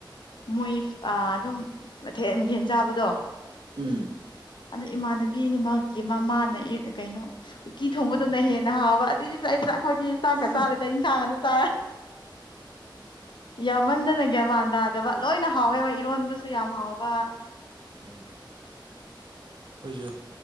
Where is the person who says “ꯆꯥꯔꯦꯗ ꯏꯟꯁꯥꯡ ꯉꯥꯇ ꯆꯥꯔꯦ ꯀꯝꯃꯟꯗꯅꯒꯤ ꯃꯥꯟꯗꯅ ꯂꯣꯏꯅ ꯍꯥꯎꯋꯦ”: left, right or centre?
Left